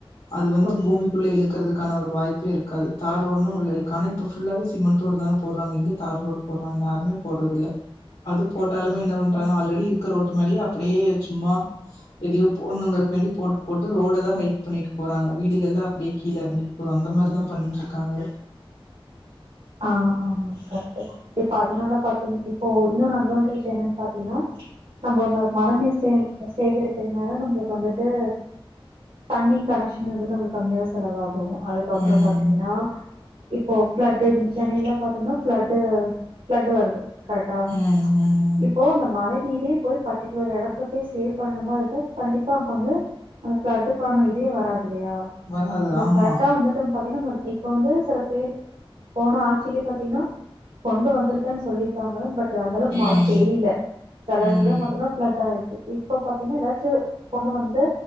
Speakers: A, on the left (about 80°); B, on the right (about 80°).
A: அது வந்து
B: ஓ
A: பூமிக்குள்ள
B: சரி சரி
A: இழுக்கறது கான ஒரு வாய்ப்பே இருக்காது தார் ரோட்னா உள்ள இழுக்கூ ஆனா இப்ப ஃபுல்லாவே சிமெண்ட் ரோடு தான போட்றாங்க எங்க தார்ரோடு போட்றாங்க யாருமே போட்றதில்ல அது போட்டாலுமே என்ன பண்றாங்க ஆல்ரெடி இருக்க ரோட்டு மேலயே அப்டியே சும்மா எதயோ போட்ணுங்குரக் வேண்டி போட்டு போட்டு ரோடதா ஹைட் பண்ணிட்டு போறாங்க வீடுகள்லா அப்டியே கீழெறங்கிர் போது அந்த மாரிதா பண்ணிட்ருக்கானுவ
B: ஆ ஆமா கரெட்டுதா இப்ப அதனால பாத்தெங்க இப்போ இன்னொன்னு அட்வான்டேஜ் என்னன் பாத்தெங்னா நம்ப ந மழ நீர் சேக சேகரிக்கிறனால நம்மளுக் வந்துட்டூ தண்ணி கனெக்க்ஷன் வந்து நம்மளுக் கம்மியாஸ் செலவாகு அதுக்கப்றொ
A: ம்
B: பாத்திங்கனா இப்போ ஃப்ளட்டூ சென்னையில பாத்திங்னா ஃப்ளட்டு ஃப்ளட்டு வருது கரெக்டா
A: ம் ம்
B: இப்போ அந்த மழை நீரே போய் பட்டிகுலர் எடத்துல போய் சேவ் பண்ணுன மார் இருந்தா கண்டிப்பா அங்க வந்து அந்த ஃப்ளட்டுகான இதே வராது இல்லயா
A: வராது
B: ப்றோ
A: ஆமா
B: கரெக்டா வந்துட்டு பாத்தீங்கன்னா பாரு இப்ப வந்து சில பேரு போன ஆட்சிலயே பாத்தீங்கனா கொண்டு வந்திருக்கன் சொல்லிருக்காங்க பட் அந்த அளவுக்கு
A: ம்
B: மழ பெய்ல செல இடத்துல
A: ம்
B: மட்டும்தா ஃப்ளட் ஆயிருக்கு இப்ப பாத்தீங்கன்னா எதாச்சு கொண்டு வந்து